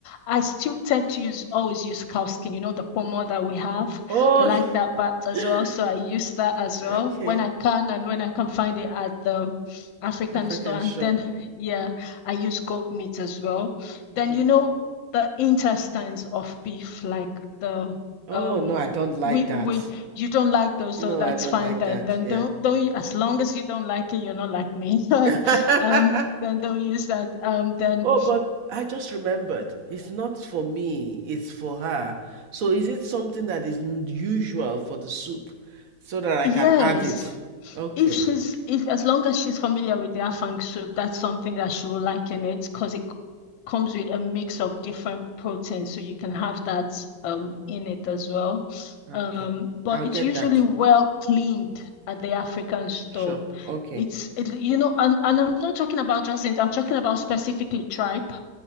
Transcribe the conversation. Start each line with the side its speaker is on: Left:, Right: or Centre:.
Left: I still tend to use always use cow skin, you know, the pomo that we have.
Right: Oh,
Left: I like that bat as
Right: <laughs>
Left: well. So I use that as well
Right: okay.
Left: when I can and when I can find it at the African
Right: African
Left: store. And
Right: shop.
Left: then yeah, I use goat meat as well.
Right: Okay.
Left: Then you know the intestines of beef, like the
Right: Oh
Left: um
Right: no, I don't like
Left: we
Right: that.
Left: we you don't like those,
Right: No,
Left: so that's
Right: I don't
Left: fine
Right: like
Left: then.
Right: that.
Left: Then
Right: Yeah.
Left: don't don't as long as you don't like it, you're not like me. <laughs>
Right: <laughs>
Left: Um, then don't use that. Um, then
Right: Oh, but I just remembered. It's not for me, it's for her. So is it something that is n- usual for the soup so that I
Left: Yes,
Right: can add it? Okay.
Left: if she's if as long as she's familiar with the afang soup, that's something that she will like in it because it c- comes with a mix of different proteins, so you can have that um in it as well.
Right: Okay.
Left: Um, but
Right: I'll
Left: it's
Right: get
Left: usually
Right: that.
Left: well cleaned at the African store.
Right: Shop. Okay.
Left: It's it, you know, and, and I'm not talking about just it, I'm talking about specifically tripe